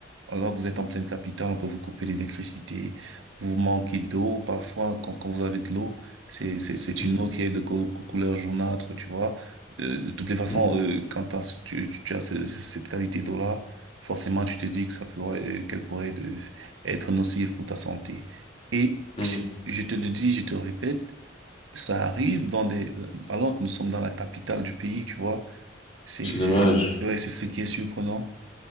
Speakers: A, on the right (about 85°); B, on the left (about 30°).
A: Alors que vous êtes en pleine capitale, on peut vous couper l'électricité, vous manquez d'eau, parfois quand, quand vous avez de l'eau, c'est c'est c'est
B: Mhm,
A: une eau qui est de cou- cou- couleur jaunâtre, tu vois. Euh, de toutes les façons,
B: mhm,
A: euh, quand t'as ce- tu, tu, tu as ce- ce- cette qualité d'eau-là, forcément tu te dis que ça pourrait euh, qu'elle pourrait euh, être nocive pour ta santé. Et
B: mhm.
A: je, je te le dis, je te le répète, ça arrive dans des alors que nous sommes dans la capitale du pays, tu vois. C'est
B: C'est dommage.
A: c'est ce- ouais, c'est ce qui est surprenant,